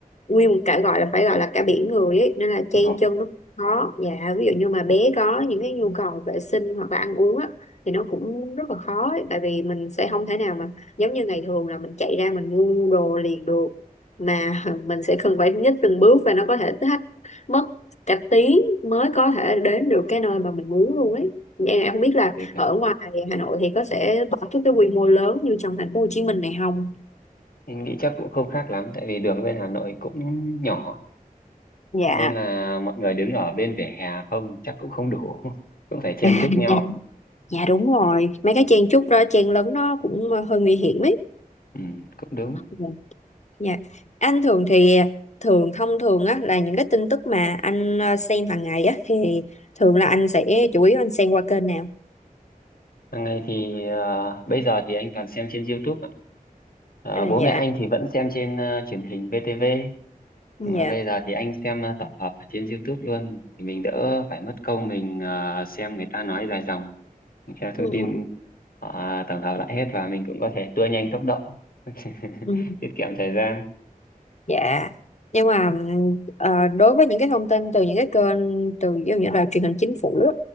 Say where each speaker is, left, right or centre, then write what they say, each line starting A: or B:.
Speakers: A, on the left; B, on the left.
A: nguyên một cả gọi là phải gọi là cả biển người ấy nên là chen
B: Ừ.
A: chân nó cũng khó dạ ví dụ như mà bé có những cái nhu cầu vệ sinh hoặc là ăn uống á thì nó cũng rất là khó ấy, tại vì mình sẽ không thể nào mà giống như ngày thường là mình chạy ra mình mua đồ liền được mà <laughs> mình sẽ cần phải nhích từng bước và nó có thể thách mất cả tiếng mới có thể đến được cái nơi mà mình muốn luôn ấy em em không biết là
B: Thế cả.
A: ở ngoài Hà Nội thì có sẽ tổ chức cái quy mô lớn như trong thành phố Hồ Chí Minh này không
B: Anh nghĩ chắc cũng không khác lắm tại vì đường bên Hà Nội cũng nhỏ
A: Dạ.
B: nên là mọi người đứng ở bên vỉa hè không chắc cũng không đủ <laughs> cũng phải chen
A: <laughs>
B: chúc nhau
A: Dạ, dạ đúng rồi. Mấy cái chen chúc đó, chen lấn nó cũng hơi nguy hiểm ấy.
B: ừ, cũng đúng
A: Ừ, Dạ. Anh thường thì thường thông thường á là những cái tin tức mà anh ờ, xem hàng ngày á thì thường là anh sẽ chủ yếu anh xem qua kênh nào.
B: hàng ngày thì ờ, bây giờ thì anh toàn xem trên YouTube ạ. Ờ,
A: À
B: bố
A: dạ.
B: mẹ anh thì vẫn xem trên ờ, truyền hình VTV
A: Dạ.
B: Mà bây giờ thì anh xem ờ, tổng hợp ở trên YouTube luôn thì mình đỡ phải mất công mình ờ, xem người ta nói dài dòng mình theo thông
A: Ừ,
B: tin
A: ừ,
B: họ tổng hợp lại hết và mình cũng có thể tua nhanh tốc độ <laughs>
A: ừ.
B: tiết kiệm thời gian
A: Dạ. Nhưng mà ừm, ờ, đối với những cái thông tin từ những cái kênh từ ví dụ như là truyền hình chính phủ á,